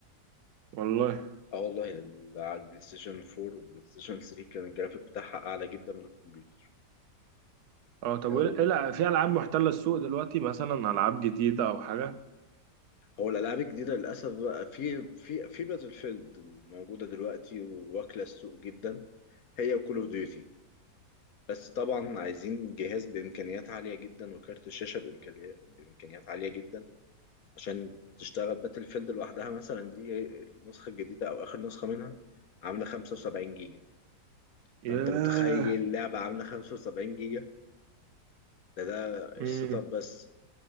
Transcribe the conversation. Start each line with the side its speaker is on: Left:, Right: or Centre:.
Right: والله
Left: اه والله ال- على البلاي ستيشن 4 والبلاي ستيشن 3 كان الجرافيك بتاعها اعلى جدا من الكمبيوتر
Right: اه طب
Left: أو-
Right: وايه إيه الع- في العاب محتلة السوق دلوقتي مثلا العاب جديدة او حاجة
Left: هو الالعاب الجديده للاسف بقى في في في باتل فيلد الموجوده دلوقتي واكله السوق جدا هي وكول اوف ديوتي بس طبعا عايزين جهاز بإمكانيات عالية جدا وكارت الشاشة بإمكانيات بإمكانيات عالية جدا عشان تشتغل باتل فيلد لوحدها مثلا دي النسخة الجديدة أو آخر نسخة منها عاملة 75 جيجا
Right: ياه
Left: فأنت متخيل لعبة عاملة 75 جيجا ده ده السيت
Right: امم
Left: اب بس